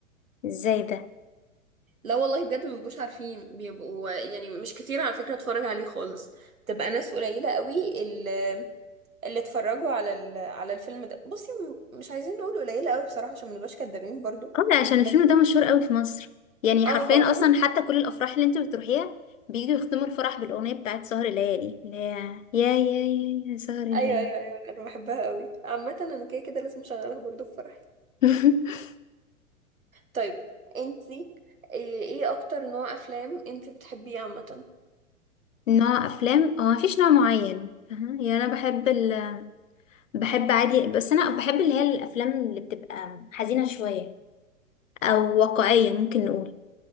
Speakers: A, on the left; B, on the right.
A: ازاي ده
B: لا والله بجد مبيبقوش عارفين بيبقوا يعني مش كتير على فكرة اتفرج عليه خالص تبقى ناس قليلة قوي اللي, اللي اتفرجوا على ال... على الفيلم ده بصي م- مش عايزين نقول قليلة قوي بصراحة عشان ما نبقاش كدابين برضو
A: اه لا، عشان
B: بس
A: الفيلم ده مشهور قوي في مصر يعني
B: اه
A: حرفيا
B: هو الفيلم
A: اصلا حتى كل الافراح اللي انت بتروحيها بييجوا يختموا الفرح بالاغنيه بتاعت سهر ليالي اللي هي يا يا يا يا سهر ليالي
B: ايوه ايوه ايوه انا بحبها قوي عامة انا كده كده لازم اشغلها برضو في فرحي
A: <laughs>
B: طيب انتي ايه إيه اكتر نوع افلام انتي بتحبيه عامة
A: نوع افلام هو مفيش نوع معين فاهمة؟ يعني انا بحب ال... بحب عادي بس انا بحب اللي هي الافلام اللي بتبقى حزينه شويه او واقعيه ممكن نقول